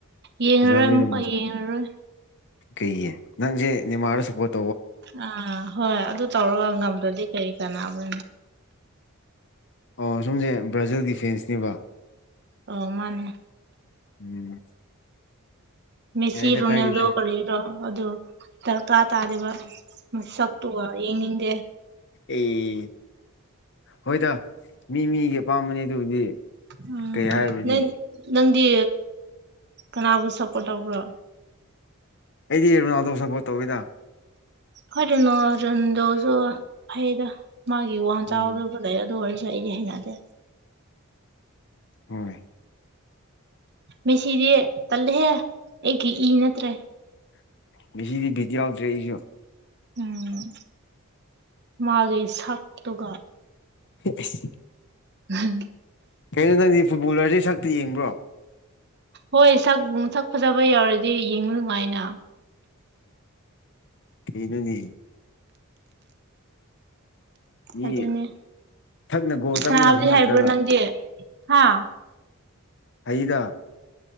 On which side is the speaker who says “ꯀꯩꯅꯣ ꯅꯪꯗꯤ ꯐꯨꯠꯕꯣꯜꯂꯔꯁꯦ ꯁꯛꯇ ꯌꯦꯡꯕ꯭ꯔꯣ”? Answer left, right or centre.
Left